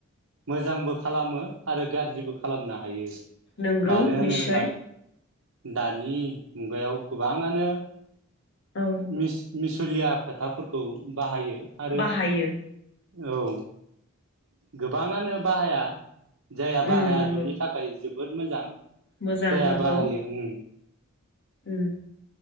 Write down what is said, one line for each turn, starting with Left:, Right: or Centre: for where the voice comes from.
Right: मोजांबो खालामो आरो गाज्रिबो खालामनो हायो
Left: नोंगौ
Right: मानो होनोब्ला
Left: निस्सय
Right: दानि मुगायाव गोबाङानो
Left: औ
Right: मिस मिस थुरिया खोथाफोरखौ बाहायो आरो
Left: बाहायो
Right: औ ओ गोबाङानो बाहाया जाया बाहाया
Left: उम नंगौ
Right: बिनि थाखाय जोब बोद मोजां
Left: मोजां
Right: जाया
Left: नंगौ
Right: बाहायो ओं
Left: उम